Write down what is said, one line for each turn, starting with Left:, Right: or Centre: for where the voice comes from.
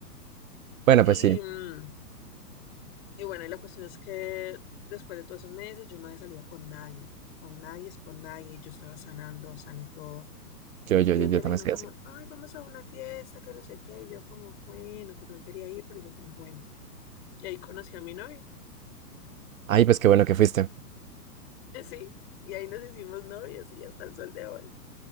Right: Bueno,
Left: Y.
Right: pues sí,
Left: mm, Y bueno, y la cuestión es que después de todos esos meses yo no había salido con nadie, con nadie es con nadie, yo estaba sanando, sané todo.
Right: yo, yo,
Left: Y
Right: yo,
Left: un
Right: yo
Left: día
Right: también
Left: me dijeron
Right: soy
Left: como,
Right: así.
Left: ay, vamos a una fiesta, que no sé qué, y yo como, bueno, pues no quería ir, pero dije como, bueno. Y ahí conocí a mi novio,
Right: Ay, pues qué bueno que fuiste.
Left: eh, <laughs> sí, y ahí nos hicimos novios y hasta el sol de hoy.